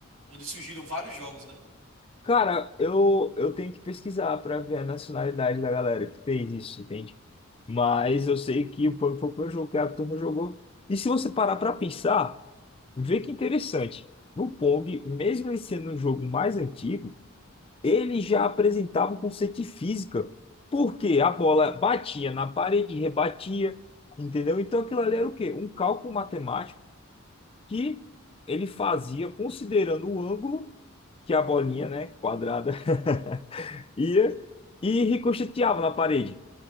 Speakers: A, on the right; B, on the left.
A: onde surgiram vários jogos, né?
B: Cara, eu, eu tenho que pesquisar para ver a nacionalidade da galera que fez isso, entende? Mas eu sei que foi, foi o primeiro jogo que a turma jogou. E se você parar para pensar, vê que interessante. No Pong, mesmo ele sendo um jogo mais antigo, ele já apresentava o conceito de física. Porque a bola batia na parede, rebatia, entendeu? Então aquilo ali era o quê? Um cálculo matemático que ele fazia considerando o ângulo que a bolinha, né, quadrada. <laughs> Ia e ricocheteava na parede.